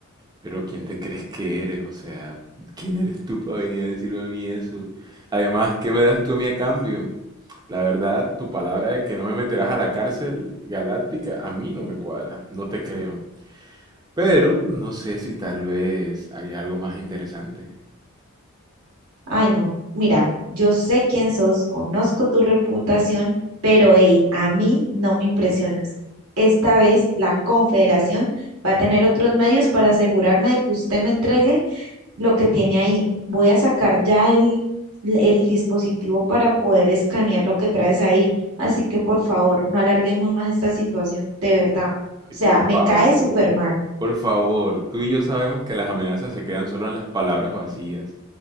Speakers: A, on the right; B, on the right.
A: Pero ¿quién te crees que eres? O sea, ¿quién eres tú para venir a decirme a mí eso? Además, ¿qué me das tú a mí a cambio? La verdad, tu palabra de que no me meterás a la cárcel galáctica a mí no me cuadra, no te creo. Pero no sé si tal vez hay algo más interesante.
B: Ay, no. Mira, yo sé quién sos, conozco tu reputación, pero hey, a mí no me impresionas. Esta vez la Confederación va a tener otros medios para asegurarme de que usted me entregue lo que tiene ahí. Voy a sacar ya el, el dispositivo para poder escanear lo que traes ahí. Así que por favor, no alarguemos más esta situación, de verdad. O
A: Ay,
B: sea,
A: por
B: me
A: favor.
B: cae súper mal.
A: Por favor, tú y yo sabemos que las amenazas se quedan solo en las palabras vacías.